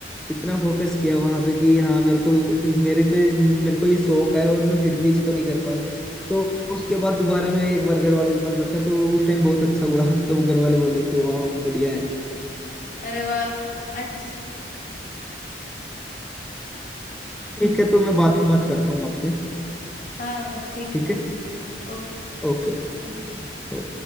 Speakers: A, in the centre; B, on the left (about 45°).
A: इतना फोकस किया वहां पे कि हाँ मेरे को मेरे पे मेरे को ये शौक है और मैं फिर भी इसको नहीं कर पाया तो उसके बाद दोबारा मैं एक बार घर वालों के पास बैठा तो उस टाइम बहुत अच्छा हुआ <laughs> तो घर वाले बोले कि वाह बढ़िया है
B: अरे वाह अच्छा
A: ठीक है तो मैं बाद में बात करता हूँ आपसे
B: हाँ हाँ, ठीक
A: ठीक
B: है ठीक
A: है
B: है ओके
A: ओके ओके